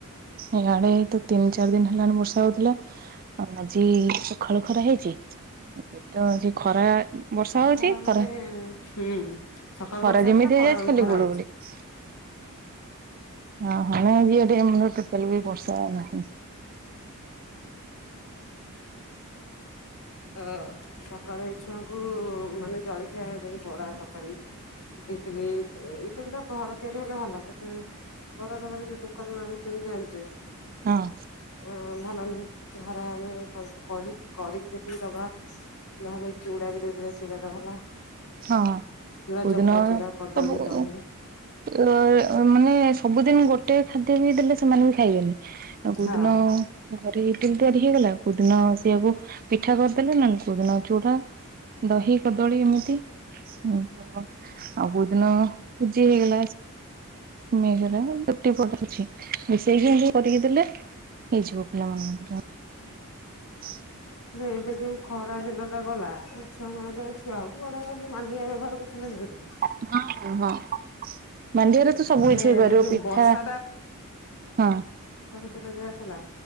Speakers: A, on the right; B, on the left.
A: ଏଆଡେ ତ ତିନି ଚାରି ଦିନ ହେଲାଣି ବର୍ଷା ହଉଥିଲା। ଆଜି ସଖାଳୁ ଖରା ହେଇଚି ବେଟ ଟିକେ ଖରା ବର୍ଷା
B: ସଖାଳ
A: ହଉଛି ଖରା
B: ମାନେ ହୁଁ ସକାଳୁ
A: ଖରା
B: ବର୍ଷା ହେଇଥିଲା
A: ଯେମିତି ହେଇଯାଇଛି
B: ଖରାବେଳୁକୁ
A: ଖାଲି
B: ଖରା ହେଇଚି।
A: <unintelligible> <inaudible> ଆମର ଟୋଟାଲି ବି ବର୍ଷା ନାହିଁ।
B: ତ ସକାଳେ ଏ ଛୁଆଙ୍କୁ ମାନେ ଜଳଖିଆ ଦେଲି ବରା, ତରକାରୀ। ଇଟିଲି ଇଟିଲି ତ ଘର ତିଆରି ହେଲେ ଭଲ <unintelligible> ବରା ତରକାରୀ ଯୋଉ ଦୋକାନରୁ ଆମେ କିଣିକି ଆଣୁଚେ
A: ହଁ।
B: ଅଁ ଭଲ ନୁହେଁ ଘରେ ଆମେ ତାଙ୍କୁ କରି କରିକିରି ଦେଇ ଦବା ନହେଲେ ଚୁଡା ବି ଦେଇଦଲେ ଚୁଡାଟା ଭଲ।
A: ହଁ
B: ଚୁଡା
A: କୋଉଦିନ
B: ଚକଟା ଚୁଡା କଦଳୀ
A: ସବୁ
B: ଦହି
A: ଅ ମାନେ ସବୁଦିନ ଗୋଟେ ଖାଦ୍ୟ ବି ଦେଲେ ସେମାନେ ବି ଖାଇବେନି। ଆଉ କୋଉଦିନ
B: ହଁ
A: ଘରେ ଇଟିଲି ତିଆରି ଆଜି ହେଇଗଲା କୋଉଦିନ ସେଇଆକୁ ପିଠା କରିଦେଲେ ନାଇଁ କୋଉଦିନ ଚୁଡା ଦହି, କଦଳୀ ଏମିତି ହୁଁ ଆଉ କୋଉଦିନ ସୁଜି ହେଇଗଲା। ସିମେଇ ହେଇଗଲା ରୁଟି ପରଟା କିଛି ମିଶେଇକି ଏନ୍ତି କରିକି ଦେଲେ ହେଇଯିବ ପିଲାମାନଙ୍କ ପାଇଁ। <unintelligible>
B: ଏବେ ଯୋଉ ଖରାଦିନଟା ଗଲା ଛୁଆ ଏବେ ଛୁଆ ହଉ କି ବଡମାନେ ମାଣ୍ଡିଆ ବ୍ୟବହାର କରୁଥିଲେ ନା ନାଇଁ।
A: <unintelligible> ମାଣ୍ଡିଆରେ ତ ସବୁକିଛି
B: ହେଲେ
A: ହେଇପାରିବ
B: ଏବେ ଯୋଉ
A: ପିଠା
B: ବର୍ଷା
A: ହଁ
B: ତୋର ଗ୍ୟାସ ହେଲା